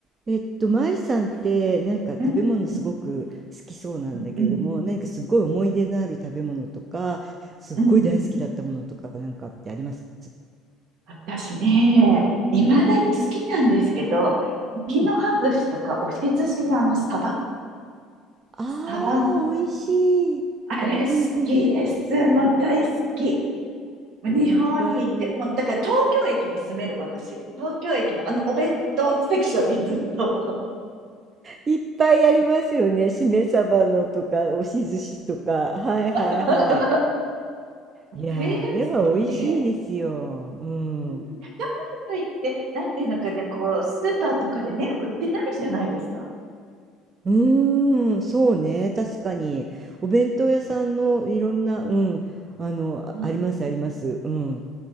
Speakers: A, on the right (about 30°); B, on the right (about 65°).
A: えっと、舞さんってなんか食べ物すごく好きそうなんだけれども、
B: うん、うん、うん、
A: 何かすごい思い出のある食べ物とか、すっごい大好きだったものとかなんかってあります
B: うん。私ね、いまだに好きなんですけど、
A: うん、
B: 茎の葉寿司とか押し寿司のあのサバ、
A: うん。あ
B: サバの、
A: あ、美味しい。
B: あれ好きです。
A: うん
B: もう大好き。日本に行って、
A: うん。わかる。
B: もうだから東京駅に住める私。東京駅のあのお弁当のセクションにずっと。
A: いっぱいありますよね。しめ鯖のとか、押し寿司とか。はいはいはい。
B: <laughs> それが好きで。
A: いやー、あれは美味しいですよ。うん。
B: うん、だからといって、なんていうのかね、こう、スーパーとかでね、売ってないじゃないですか。
A: うーん、そうね、確かに。お弁当屋さんのいろんな、うん、あの、ああります、
B: うん。
A: あります。うん。